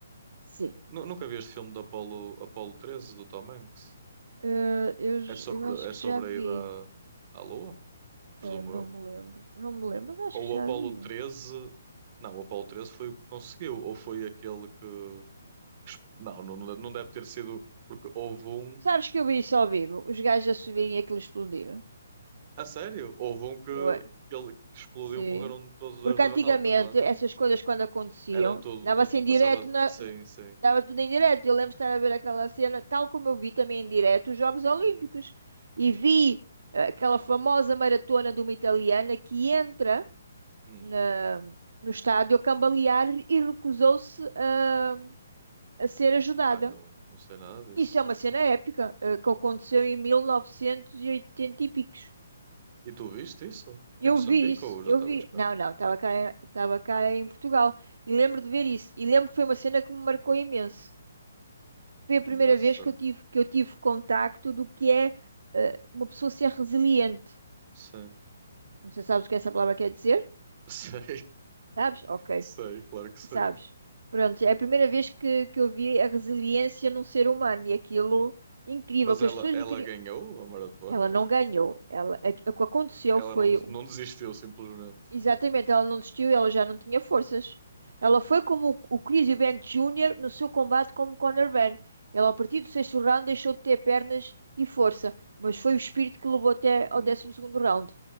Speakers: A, on the right; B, on the right.
A: sim.
B: Nu- nunca vi este filme do Apolo, Apolo 13 do Tom Hanks?
A: Eh, eu, j-
B: É sobre,
A: eu acho
B: é
A: que
B: sobre
A: já vi.
B: a ida à à Lua? presumo
A: Eh, não
B: eu.
A: me lembro. Não me lembro, mas acho
B: Ou
A: que
B: o
A: já
B: Apollo
A: vi.
B: treze Não, o Apollo treze foi o que conseguiu. Ou foi aquele que. que es- Não, não, não deve ter sido. Porque houve um.
A: Sabes que eu vi isso ao vivo, os gajos a subirem e aquilo explodir.
B: A sério? Houve um que,
A: Eu era,
B: que, ele, que explodiu,
A: sim.
B: morreram todos os
A: Porque
B: astronautas
A: antigamente
B: lá dentro.
A: essas coisas quando aconteciam,
B: Eram todos.
A: dava-se
B: na-
A: em direto,
B: Passava.
A: na-
B: Sim,
A: na-
B: sim.
A: dava tudo em direto. Eu lembro de estar a ver aquela cena, tal como eu vi também em direto os Jogos Olímpicos. E vi eh, aquela famosa maratona de uma italiana que entra
B: Hum.
A: na- no estádio a cambalear e recusou-se a, a ser ajudada.
B: Ai, não, não sei nada disso.
A: Isso é uma cena épica, eh, que aconteceu em 1980 e oitenta e picos.
B: E tu viste isso?
A: Eu
B: Em Moçambique
A: vi isso,
B: ou já
A: eu
B: estavas
A: vi.
B: cá?
A: Não, não, estava cá, estava cá em Portugal e lembro de ver isso. E lembro que foi uma cena que me marcou imenso. Foi a
B: Engraçado.
A: primeira vez que eu tive, que eu tive contacto do que é eh, uma pessoa ser resiliente.
B: Sei.
A: Não sei se sabes o que essa palavra quer dizer?
B: <laughs> Sei.
A: Sabes? Ok,
B: Sei, claro que sei.
A: sabes. Pronto, é a primeira vez que, que eu vi a resiliência num ser humano e aquilo incrível
B: Mas
A: que
B: ela,
A: as pessoas
B: ela
A: lhe queriam.
B: ganhou a maratona?
A: Ela não ganhou. Ela, a- o que aconteceu
B: Ela
A: foi
B: não, des- não desistiu, simplesmente.
A: Exatamente, ela não desistiu, ela já não tinha forças. Ela foi como o o Chris Eubank Jr. no seu combate como Conor Benn. Ela, a partir do sexto round, deixou de ter pernas e força, mas foi o espírito que levou até ao
B: Hum,
A: décimo segundo round.